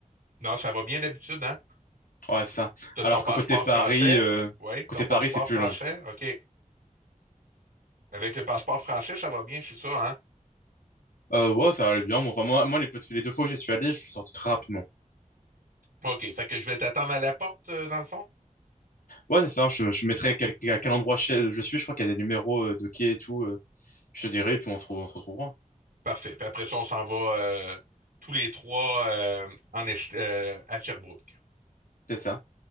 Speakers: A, on the right; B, on the left.
A: Non, ça va bien d'habitude, hein?
B: Ouais, c'est ça.
A: T'as
B: Alors
A: ton passeport
B: que côté Paris,
A: français?
B: euh,
A: Oui,
B: côté
A: ton passeport
B: Paris, c'est plus
A: français?
B: long.
A: OK. Avec le passeport français, ça va bien, c'est ça, hein?
B: Euh, ouais, ça allait bien. Bon, enfin, moi, moi les, peu- les deux fois où j'y suis allé, je suis sorti très rapidement.
A: OK, fait que je vais t'attendre à la porte, euh, dans le fond?
B: Ouais, c'est ça. Je, je mettrai quel, à quel endroit je, je suis. Je crois qu'il y a des numéros euh, de quai et tout. euh, je te dirai, et puis on se, re- on se retrouvera.
A: Parfait. Puis après ça, on s'en va euh, tous les trois euh, en est- euh, à Sherbrooke.
B: C'est ça.